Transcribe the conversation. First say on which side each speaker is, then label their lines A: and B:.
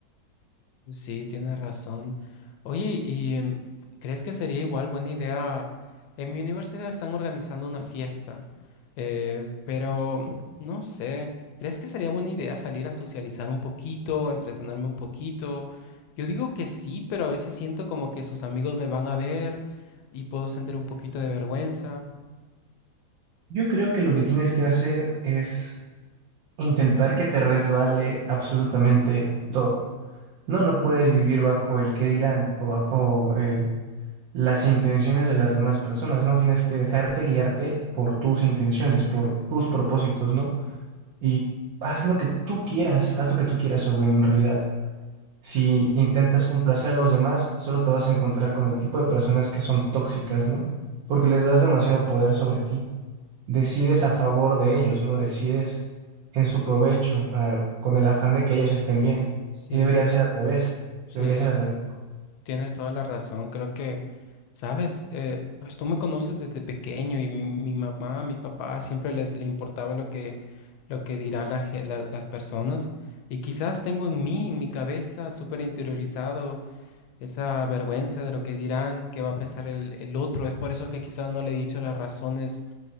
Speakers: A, on the left (about 70°); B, on the right (about 80°).
A: Sí, tienes razón. Oye, ¿y em, crees que sería igual buena idea? En mi universidad están organizando una fiesta, eh, pero no sé, ¿crees que sería buena idea salir a socializar un poquito, entretenerme un poquito? Yo digo que sí, pero a veces siento como que sus amigos me van a ver y puedo sentir un poquito de vergüenza.
B: Yo creo que lo que tienes que hacer es intentar que te resbale absolutamente todo. No, no puedes vivir bajo el qué dirán o bajo eh, las intenciones de las demás personas, ¿no? Tienes que dejarte guiarte por tus intenciones, por tus propósitos, ¿no? Y haz lo que tú quieras, haz lo que tú quieras, o en realidad. Si intentas complacer a los demás, solo te vas a encontrar con el tipo de personas que son tóxicas, ¿no? Porque les das demasiado poder sobre ti. Decides
A: Sí.
B: a favor de ellos, ¿no? Decides en su provecho, ah, con el afán de que ellos estén bien.
A: Sí,
B: Y debería ser al revés.
A: sí,
B: Debería ser al revés.
A: Tienes toda la razón, creo que, sabes, eh, pues tú me conoces desde pequeño y mi, mi mamá, mi papá siempre les le importaba lo que, lo que dirán la ge- la- las personas y quizás tengo en mí, en mi cabeza, súper interiorizado esa vergüenza de lo que dirán, qué va a pensar el, el otro. Es por eso que quizás no le he dicho las razones